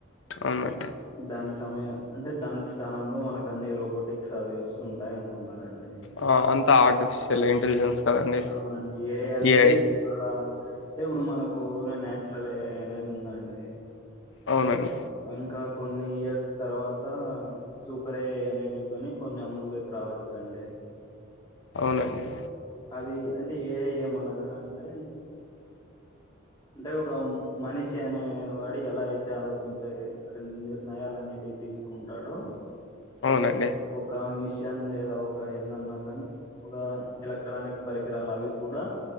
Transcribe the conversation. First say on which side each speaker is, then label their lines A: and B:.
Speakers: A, on the left; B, on the left.
A: అవునండి
B: దాని సమయం అంటే దాని స్థానంలో మనకు అన్ని రోబోటిక్స్ అవి వస్తుూ ఉంటాయి అంటే న్నా <unintelligible>
A: ఆ, అంతా ఆర్టిఫిషియల్ ఇంటెలిజెన్స్ కదండి
B: అవునండి ఏ అనేది
A: ఏఐ
B: చాలా అంటే ఇప్పుడు మనకు నాచురల్ అనేదిందా అండి
A: అవునండి
B: అంకా కొన్ని ఇయర్స్ తర్వాత సూపరే అనేటివ్ గాని కొన్ని అమల్లోకి రావచ్చండి
A: అవునండి
B: అది అంటే ఏ ఏమనగా అంటే అంటే ఒక మనిషి అనే వాడు ఎలా అయితే ఆలోచించ నిర్ణయాలు అనేటివి తీసుకుంటాడు
A: అవునండి
B: ఒక మెసి కిషన్ లేదా ఒక ఏందన్నా కానీ ఒక ఎలక్ట్రానిక్ పరికరాలు అవి కూడా